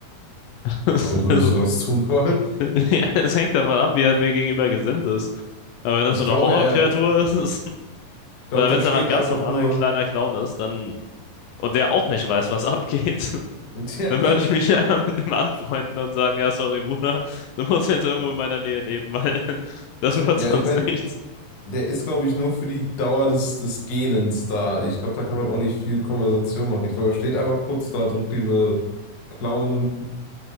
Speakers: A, on the left (about 75°); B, on the left (about 40°).
A: <laughs>
B: Warum würdest
A: Also,
B: du das tun wollen?
A: <laughs> ja, es hängt davon ab, wie er mir gegenüber gesinnt ist. Aber wenn das
B: Ich
A: so eine
B: glaube,
A: Horrorkreatur
B: er, ich
A: ist, <laughs>
B: glaube,
A: oder wenn
B: der steht
A: es einfach ein ganz
B: einfach
A: normaler
B: nur.
A: kleiner Clown ist, dann, und der auch nicht weiß, was abgeht, <laughs>
B: <laughs> Ja,
A: dann würde ich mich <laughs> einfach mit dem anfreunden und sagen, ja, sorry, Bruder, du musst jetzt irgendwo in meiner Nähe leben, weil <laughs> das wird
B: ja,
A: sonst
B: ich meine,
A: nichts.
B: der ist, glaube ich, nur für die Dauer des, des Gähnens da. Ich glaube, da kann man auch nicht viel Konversation machen. Ich glaube, er steht einfach kurz da, drückt diese Clown-Trompete,